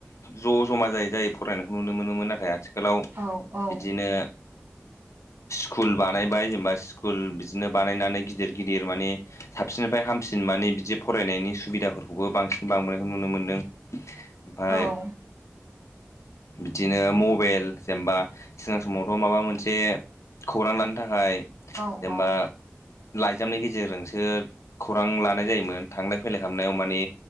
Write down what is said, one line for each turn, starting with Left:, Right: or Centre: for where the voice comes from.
Left: ज जमा जायै जायो फरायनायखौ नुनो मोनोमोन नाथाय आथि खालाव
Right: औ औ
Left: बिदिनो स्कुल बानायबाय जेनेबा स्कुल बि दिनो बानायनानै गिदिर गिदिर माने साबसिननिफ्राय हामसिन माने बिदि फरायनायनि सुबिदाफोर खौबो बांसिन बांबोनायखौ नुनो मोनदों ओमफाय
Right: औ
Left: बिदिनो मबेल जेनेबा सिगां समावथ माबा मोनसे खौरां लानो थाखाय
Right: औ
Left: जेनेबा
Right: औ।
Left: लाइजामनि गेजेरजों सो खौरां लानाय जायोमोन। थांलाय फैलाय खालामनायाव माने